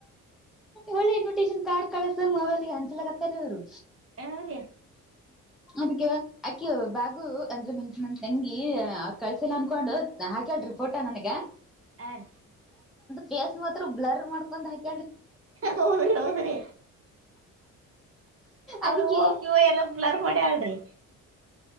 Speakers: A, in the centre; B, on the right.
A: ಒಳ್ಳೆ ಇನ್ವಿಟೇಷನ್ ಕಾರಡ್ತಾರಾ ಸುಮ್ನ್ ಮೊಬೈಲ್ಗೆ ಹಂಚೋಲಾಗತ್ತಾರೆ ಅವ್ರು
B: ಏನ ರಿ
A: ಅದಕ್ಕೆ ಅಕಿ ಬಾಗು ಅಂದ್ರೆ ಮುಂಚಂದ ತಂಗಿ ಅವ್ರರು ಕಳ್ಸಿಲ್ಲ ಅನ್ಕೊಂಡು ಹಾಕ್ಯಾಳ್ ರಿ ಫೋಟೋ ನನ್ಗ
B: ಆ ರೀ
A: ಫೇಸ್ ಮಾತ್ರ ಬ್ಲರ್ ಮಾಡ್ಕೊಂಡ್ ಹಾಕಿ
B: ಹೌದ್ರಿ ಹೌದ್ರಿ
A: ಅದಕ್ಕೆ
B: ಅವ್ರ <unintelligible> ಎಲ್ಲ ಬ್ಲರ್ ಮಾಡಿಳ್ರಿ